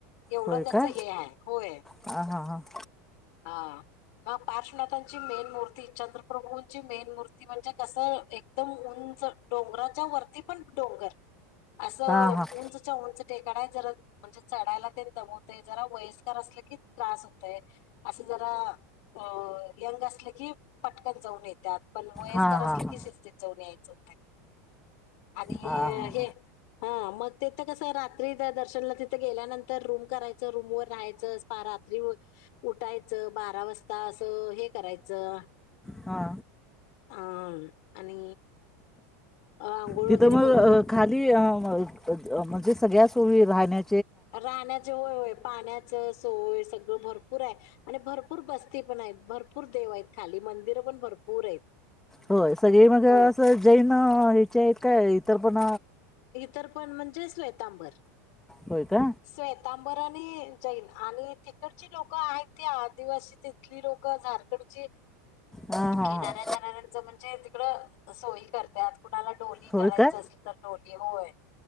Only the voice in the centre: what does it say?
होय
का
हां हां हां
हां हां
हां
हां हां
हां
हां
हा.
तिथं
मग
अ खाली म्हणजे सगळ्या सोयी राहण्या
होय सगळे मग असं
जैन ह्याचे आहेत काय? इतर पण
होय का
हा हा
हा.
होय
का